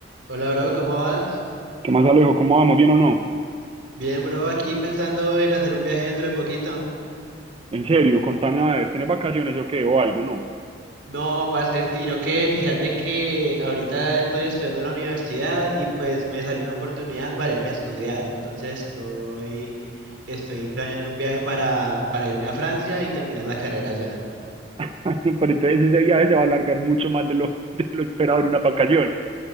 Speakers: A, on the right (about 70°); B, on the right (about 30°).
A: Hola, bro, ¿cómo vas?
B: ¿Qué más, Alejo? ¿Cómo vamos? ¿Bien o no?
A: Bien, bro, aquí pensando en hacer un viaje dentro de poquito.
B: En serio, contame a ver, ¿tienes vacaciones o qué? ¿O algo? No.
A: No, parce, sino que fíjate que ahorita estoy estudiando en la universidad y pues me salió una oportunidad para irme a estudiar. Entonces estoy, estoy planeando un viaje para, para irme a Francia y terminar la carrera allá.
B: <laughs> Ay, no, pero entonces ese viaje se va a alargar mucho más de lo, <laughs> de lo esperado en unas vacaciones.